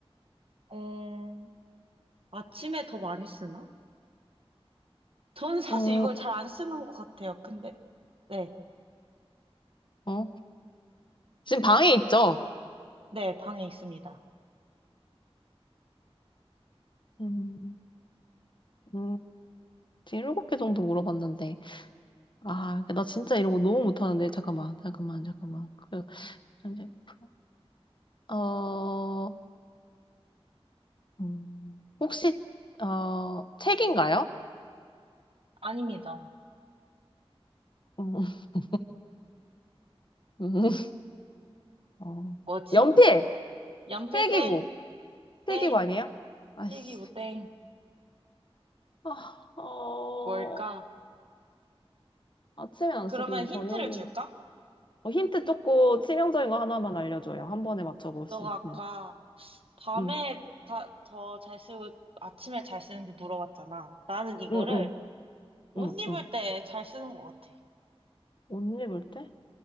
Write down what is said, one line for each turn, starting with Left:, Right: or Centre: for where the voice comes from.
Right: 어, 아침에 더 많이 쓰나? 저는 사실
Left: 음,
Right: 이걸 잘 안 쓰는 것 같아요. 근데, 네,
Left: 어? 지금 방에 있죠?
Right: 네, 방에 있습니다.
Left: 음. 음, 지금 일곱 개 정도 물어봤는데. 아, 나 진짜 이런 거 너무 못하는데. 잠깐만, 잠깐만, 잠깐만. 그, 현재 프로. 어, 음, 혹시, 어, 책인가요?
Right: 아닙니다.
Left: 음, <laughs> 음, 어,
Right: 뭐지?
Left: 연필!
Right: 연필
Left: 필기구!
Right: 땡,
Left: 필기구
Right: 땡,
Left: 아니에요? 아씨.
Right: 필기구 땡,
Left: 아, 어,
Right: 뭘까?
Left: 아침에 안
Right: 그러면
Left: 쓰고
Right: 힌트를
Left: 저녁에.
Right: 줄까?
Left: 어, 힌트 조금 치명적인 거 하나만 알려줘요.
Right: 어.
Left: 한 번에 맞춰볼
Right: 너가
Left: 수 있는.
Right: 아까 밤에
Left: 응,
Right: 더 잘 쓰고 아침에 잘 쓰는지 물어봤잖아. 나는 이거를
Left: 응, 응,
Right: 옷
Left: 응,
Right: 입을
Left: 응.
Right: 때 잘 쓰는 것 같아.
Left: 옷 입을 때?